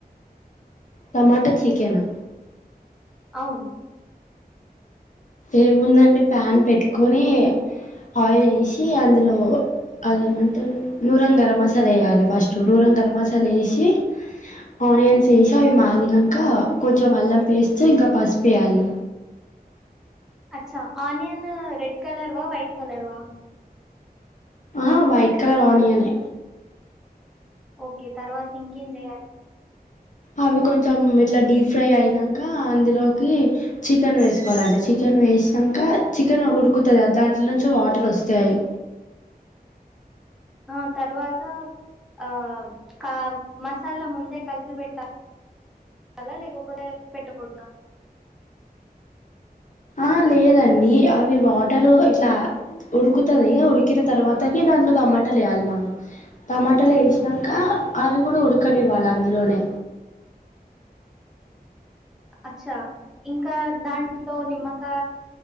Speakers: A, on the left; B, in the centre.
A: టమాటా చికెనా.
B: అవును
A: ఏముందండి. ప్యాన్ పెట్టుకొని, ఆయిల్ వేసి అందులో అదేమంటారు నూరం గరం మసాలా వేయాలి. ఫస్ట్ నూరం గరం మసాలా వేసి ఆనియన్స్ వేసి అవి మాగినంక కొంచెం అల్లం పేస్ట్ ఇంకా పసుపేయాలి.
B: అచ్చా ఆనియన్ రెడ్ కలర్ వా వైట్ కలర్ వా.
A: ఆ వైట్ కలర్ ఆనియనే.
B: ఓకే తర్వాత ఇంకేం చేయాలి.
A: అవి కొంచెం ఇట్లా డీ ఫ్రై అయినాక అందులోకి చికెన్ వేసుకోవాలండి, చికెన్ వేసినాక చికెన్ ఉడుకుతది. దాంట్లో నుంచి వాటర్ వస్తాయి.
B: ఆ తర్వాత ఆ కా మసాలా ముందే కలిపి పెట్టాలా, లేకపోతే పెట్టకూడదా.
A: ఆ లేదండి. అవి వాటరు ఇట్లా ఉడుకుతది. ఉడికిన తర్వాతకి దాంట్లో టమాటాలు వేయాలి. మనం టమాటాలు వేసినంకా అవి కూడా ఉడకనివ్వాలి. అందులోనే.
B: అచ్చా ఇంకా దాంట్లో నిమ్మకా